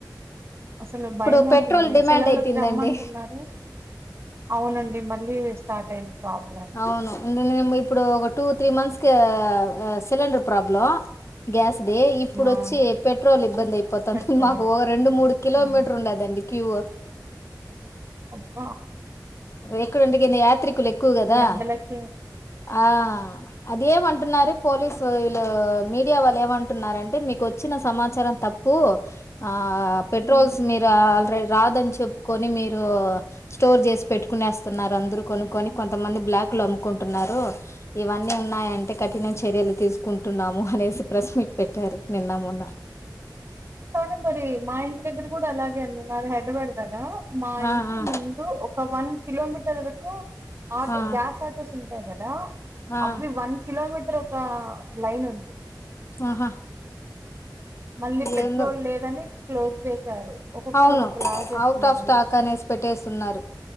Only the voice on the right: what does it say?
అసలు
భయం
అవుతుంది
సెలవులకి
రమ్మంటున్నారు అవునండి మళ్ళీ స్టార్ట్ అయింది problem
అవును
పెట్రోల్
ఆ!
అబ్బా
ఈ ఎండలకి
అవునులేండి
కానీ మరి మా ఇంటి దగ్గర కూడా అలాగే అ అది హెడ్బడదా మా
ఇంచి
ముందు ఒక వన్ కిలోోమీటర్ ఆటో
గ్యాస్ ఆటోస్ ఉంటాయి కదా
అవి వన్ కిలోమీటర్ ఒక లైన్ ఉంది
మళ్ళీ పెట్రోల్
లేదని క్లోజ్ చేశారు ఒక్కొక్కరు
ఒక్కొక్క లా చెప్తునారు
న్యూస్
లో